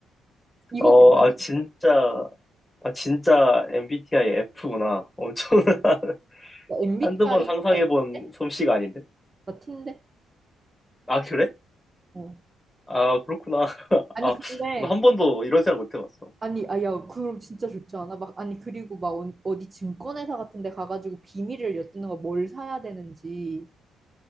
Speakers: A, on the right; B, on the left.
A: 이거
B: 어,
A: 괜찮다.
B: 아, 진짜. 아, 진짜 MBTI F구나. 엄청 <laughs>
A: MBTI
B: 한두 번 상상해본
A: 같은데?
B: 솜씨가 아닌데?
A: 같은데?
B: 아, 그래?
A: 어.
B: 아, 그렇구나. <laughs>
A: 아니
B: 아,
A: 근데
B: 나한 번도 이런 생각 못 해봤어.
A: 아니, 아, 야, 그럼 진짜 좋지 않아? 막, 아니, 그리고 막 어, 어디 증권회사 같은 데 가가지고 비밀을 엿듣는 거 뭘 사야 되는지,